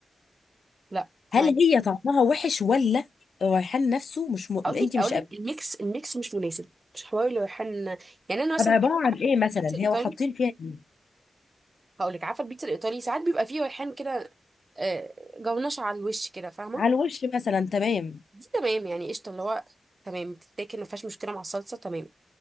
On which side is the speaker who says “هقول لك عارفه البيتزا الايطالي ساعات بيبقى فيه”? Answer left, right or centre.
Right